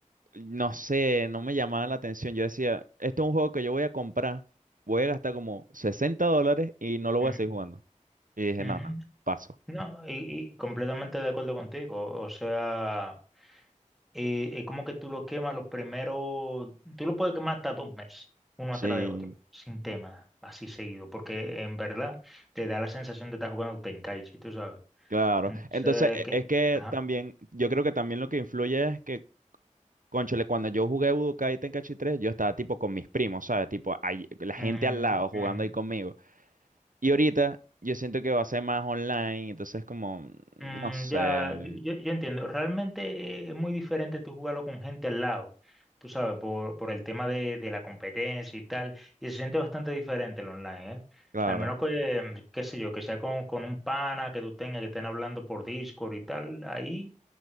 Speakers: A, on the right (about 85°); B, in the centre.
A: no sé, no me llamaba la atención. Yo decía, esto es un juego que yo voy a comprar, voy a gastar como 60 dólares y no lo voy
B: Ujú,
A: a seguir jugando. Y dije,
B: ujú.
A: no, no, paso.
B: No, y, y completamente de acuerdo contigo. O sea, eh, es como que tú lo quemas los primeros, tú lo puedes quemar hasta dos meses, uno
A: Sí.
B: atrás de otro, sin tema, así seguido, porque en verdad te da la sensación de estar jugando Tenkaichi, tú sabes.
A: Claro,
B: Entonces,
A: entonces e-
B: que...
A: es que
B: Ajá.
A: también, yo creo que también lo que influye es que, cónchale, cuando yo jugué Budokai Tenkaichi 3, yo estaba tipo con mis primos, ¿sabes? Tipo, ahí- la gente
B: Ujú,
A: al lado jugando
B: ujú.
A: ahí conmigo. Y ahorita yo siento que va a ser más online, entonces como, mm,
B: Mm,
A: no sé,
B: ya, yo, yo- yo entiendo. Realmente es muy diferente tú jugarlo con gente al lado, tú sabes, por, por el tema de, de la competencia y tal. Y se siente bastante diferente el online, ¿eh?
A: claro.
B: Al menos que, qué sé yo, que sea con, con un pana, que tú tengas, que estén hablando por Discord y tal. Ahí